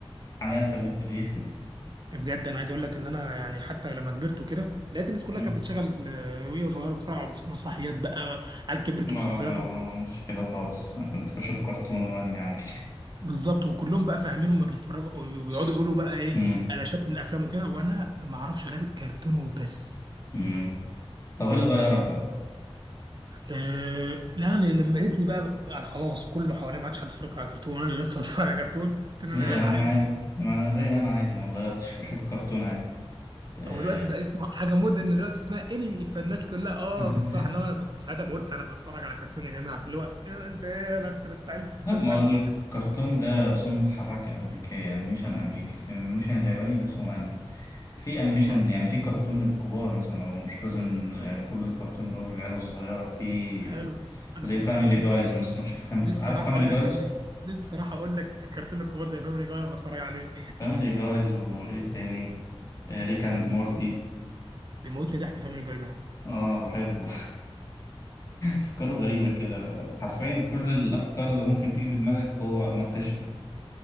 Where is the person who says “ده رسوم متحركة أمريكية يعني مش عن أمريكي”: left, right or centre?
Left